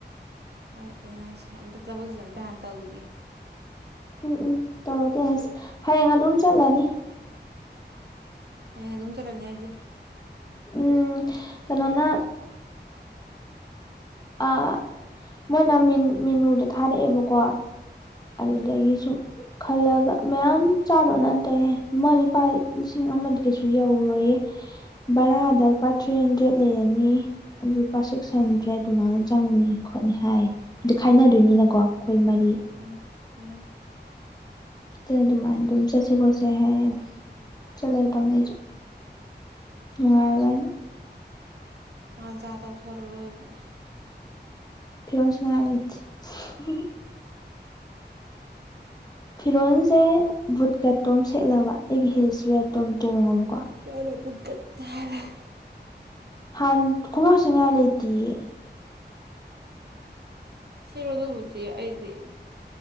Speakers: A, on the right (about 65°); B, on the left (about 20°).
A: ꯍꯣꯏ ꯌꯦꯟꯅꯁꯦ ꯑꯝꯇ ꯊꯕꯛꯁꯤ ꯑꯝꯇ ꯍꯥꯟꯅ ꯇꯧꯒꯤꯒꯦ
B: ꯎꯝ- ꯎꯝ <unintelligible> ꯍꯌꯦꯡ ꯑꯗꯨꯝ ꯆꯠꯂꯅꯤ꯫
A: ꯍꯌꯦꯡ ꯑꯗꯨꯝ ꯆꯠꯂꯅꯤ ꯍꯥꯏꯗꯤ
B: ꯎꯝ ꯀꯩꯅꯣꯅ ꯑ ꯃꯣꯏꯅ ꯃꯤꯅꯨꯗ ꯊꯥꯔꯛꯑꯦꯕꯀꯣ ꯑꯗꯨꯗꯒꯤ
A: ꯎꯝ
B: ꯁꯨꯝ ꯈꯜꯂꯒ ꯃꯌꯥꯝ ꯆꯥꯗꯣ ꯅꯠ ꯇꯦ ꯑꯃ ꯂꯨꯄꯥ ꯂꯤꯁꯤꯡ ꯑꯃꯗꯤ ꯀꯩꯁꯨ ꯌꯧꯔꯣꯏꯌꯦ꯫ ꯕꯔꯥꯗ ꯂꯨꯄꯥ ꯊ꯭ꯔꯤ ꯍꯟꯗ꯭ꯔꯦꯗ ꯂꯩꯔꯅꯤ ꯑꯗꯨ ꯂꯨꯄꯥ ꯁꯤꯛꯁ
A: ꯎꯝ
B: ꯍꯟꯗ꯭ꯔꯦ ꯑꯗꯨꯃꯥꯏꯅ ꯆꯪꯅꯤ ꯈꯣꯠꯅꯤ ꯍꯥꯏ ꯑꯗꯨ ꯈꯥꯏꯅꯗꯣꯏꯅꯤꯅꯀꯣ ꯃꯔꯤ
A: ꯎꯝ ꯎꯝ꯫
B: ꯑꯗꯨ ꯑꯗꯨꯃꯥꯏꯅ ꯑꯗꯨꯝ ꯆꯠꯁꯦ ꯈꯣꯠꯁꯦ ꯍꯥꯏꯗ ꯆꯠꯂꯒꯦ ꯇꯧꯅꯦ ꯑꯩꯁꯨ ꯅꯨꯡꯉꯥꯏꯕꯅꯤ
A: ꯆꯠꯂꯣ ꯆꯠꯂꯣ ꯃꯥꯖꯥ ꯇꯧꯊꯔꯨꯔꯒꯦ꯫
B: <unintelligible> ꯐꯤꯔꯣꯜꯁꯦ ꯕꯨꯠꯀꯠꯇꯣꯝ ꯁꯦꯠꯂꯕ ꯑꯩꯒꯤ ꯍꯤꯜꯁ ꯔꯦꯇꯣꯝ ꯇꯣꯡꯉꯕ
A: ꯅꯪꯅ ꯕꯨꯠꯀꯠ ꯇꯥ ꯍꯥꯏ ꯂꯩ꯫
B: <unintelligible>
A: ꯁꯦꯔꯣ ꯑꯗꯨꯕꯨꯗꯤ ꯑꯩꯗꯤ